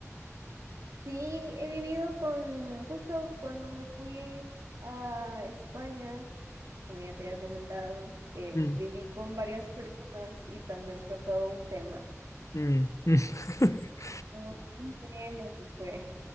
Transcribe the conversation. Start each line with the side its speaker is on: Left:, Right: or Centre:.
Right: Sí, he vivido con, justo cuando me fui a España, como ya te había comentado, eh,
Left: Mm,
Right: viví con varias personas y también fue todo un tema.
Left: mm, mm. <laughs>
Right: Todo un tema que fue.